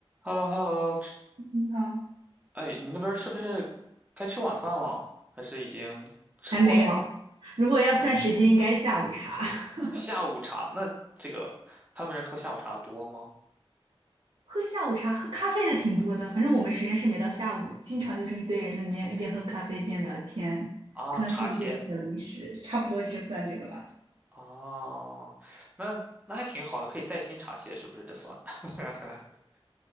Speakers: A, on the right; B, on the right.
A: h e l l o h e l l o 吃，
B: 你好，
A: 哎，你们那边儿是不是该吃晚饭了？还是已经吃过了？
B: 还没有。如果要算时间，应该下午茶。<laughs>
A: 下午茶，那这个他们那儿喝下午茶的多吗？
B: 喝下午茶，喝咖啡的挺多的。反正我们实验室没到下午，经常就是一堆人在那边一边喝咖啡一边聊天，
A: 啊，
B: 可能会有一点小零食，
A: 茶歇
B: 差不多就算这个吧。
A: 啊，那那还挺好的，可以带薪茶歇，是不是？这算？<laughs>